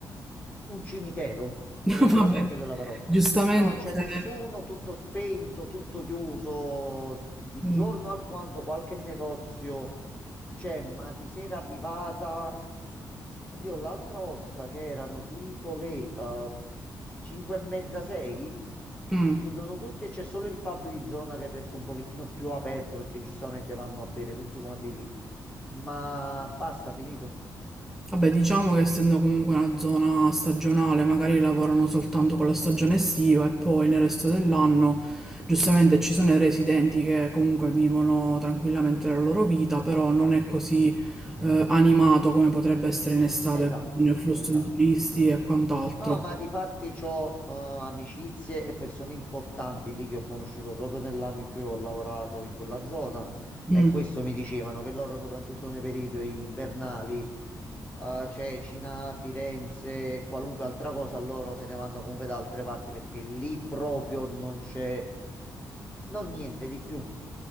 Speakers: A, on the left; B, in the centre.
A: un cimitero,
B: <laughs>
A: nel vero
B: Va bene.
A: senso della parola.
B: Giustamente
A: No, non c'è
B: se...
A: nessuno, tutto spento, tutto chiuso, di
B: Mm.
A: giorno alquanto qualche negozio. Cioè, ma di sera arrivata, oddio, l'altra volta che erano tipo le 5 e mezza, 6,
B: Mm.
A: chiudono tutti e c'è solo il pub di zona che resta un pochettino più aperto perché giustamente vanno a bere tutti quanti lì. Ma basta, finito.
B: Vabbè, diciamo che essendo comunque una zona stagionale, magari lavorano soltanto con la stagione estiva e poi nel resto dell'anno, giustamente ci sono i residenti che comunque vivono tranquillamente la loro vita, però non è così eh, animato come potrebbe essere in estate
A: Esatto,
B: con il flusso
A: esatto.
B: di turisti e quant'altro.
A: No, ma di fatti ho amicizie e persone importanti lì che ho conosciuto proprio nell'anno in cui ho lavorato in quella zona
B: Mm.
A: e questo mi dicevano che loro, soprattutto nei periodi invernali, eh, Cecina, Firenze, e qualunque altra cosa, loro se ne vanno comunque da altre parti perché lì proprio non c'è, non niente di più.